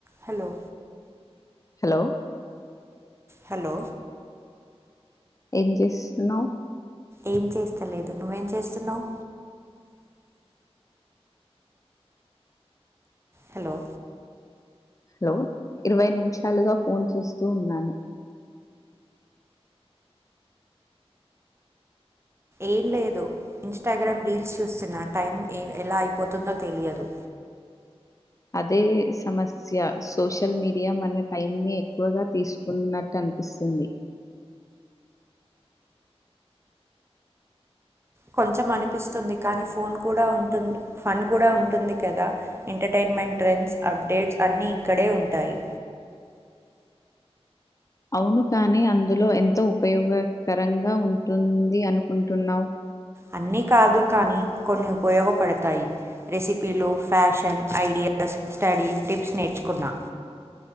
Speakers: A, on the right (about 25°); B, on the left (about 30°).
A: హలో
B: హలొ
A: హలొ
B: ఏం చేస్తున్నావ్
A: ఏం చేస్తలేదు నువ్వేం చేస్తున్నావు హలో
B: హలో ఇరవై నిమిషాలుగా ఫోన్ చేూస్తూ ఉన్నాను
A: ఏం లేదు ఇన్స్టాగ్రామ్ రీల్స్ చూస్తున్న టైం ఎలా అయిపోతుందో తెలియదు
B: అదే సమస్య, సోషల్ మీడియా మన టైం ని ఎక్కువగా తీసుకున్నట్టు అనిపిస్తుంది.
A: కొంచెం అనిపిస్తుంది, కానీ ఫోన్ కూడా ఉంటుంది, ఫన్ కూడా ఉంటుంది కదా, ఎంటర్టన్మెంట్ ట్రెండ్స్ అప్డేట్స్ అన్ని ఇక్కడే ఉంటాయి.
B: అవును కానీ అందులో ఎంతో ఉపయోగకరంగా ఉంటుంది అనుకుంటున్నావ్
A: అన్నీ కాదు కానీ కొన్ని ఉపయోగపడతాయి, రెసిపీలో ఫ్యాషన్ ఐడియాస్ స్టడీ టిప్స్ నేర్చుకున్నా